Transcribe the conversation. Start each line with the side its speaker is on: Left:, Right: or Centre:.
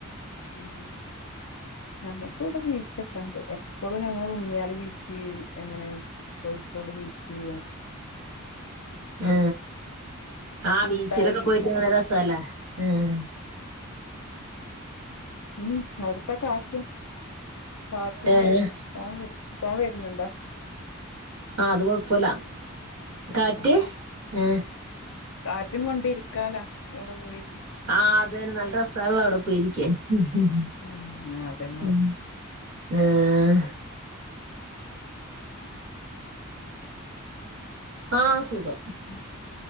Left: ഉ നക്കൂടി ചട്ടണ്ട് എപ്പോഴും ഞങ്ങള് മുന്നിയാലി ബീച്ച് എങ്ങനെ കൊഴിക്കോട്‌ ബീച്ച്
Right: ആ ആ
Left: കൂട്ടായി
Right: ബീച്ചിലൊക്കെ പോയിട്ട്ങ്ങ രസല്ലേ ഉം
Left: ഉം അവിടുത്തെ കാറ്റും കാറ്റും
Right: ഏഹ്
Left: വണ്ട പോ വ പോവ വരുന്നുണ്ടോ
Right: ആ അത് കൊഴപ്പമില്ല കാറ്റ്
Left: ഉം ഉം
Right: ഉ
Left: കാറ്റും കൊണ്ടിരിക്കാലാ കവിടെ പോയി
Right: ആഹ് അത്ന്നെ നല്ല രസാല്ലോ അവിടെ പോയിരിക്കേൻ ഉ
Left: ഉം അതന്നെ
Right: ഹ! ഉം ആഹ! ആഹ സുഖം
Left: ഉം